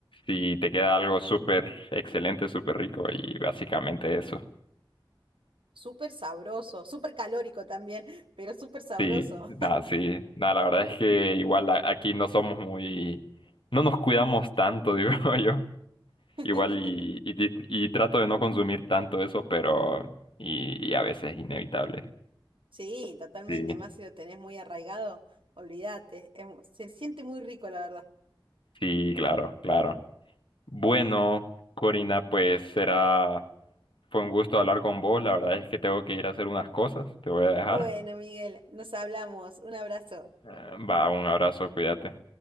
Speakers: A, on the left; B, on the right.
A: si te queda algo súper excelente, súper rico y básicamente eso.
B: Súper sabroso, súper calórico también, pero súper sabroso.
A: Sí, nada, sí, nada, la verdad es que igual a- aquí no somos muy, no nos cuidamos tanto, <laughs> digo yo.
B: <laughs>
A: Igual y, y, di- y trato de no consumir tanto eso, pero y y a veces es inevitable.
B: Sí, totalmente,
A: Sí,
B: más si lo tenés muy arraigado, olvídate, es mu- se siente muy rico, la verdad.
A: sí, claro, claro. Bueno, Corina, pues será, fue un gusto hablar con vos. La verdad es que tengo que ir a hacer unas cosas. Te voy a dejar.
B: Bueno, Miguel, nos hablamos, un abrazo.
A: Eh, Va, un abrazo, cuídate.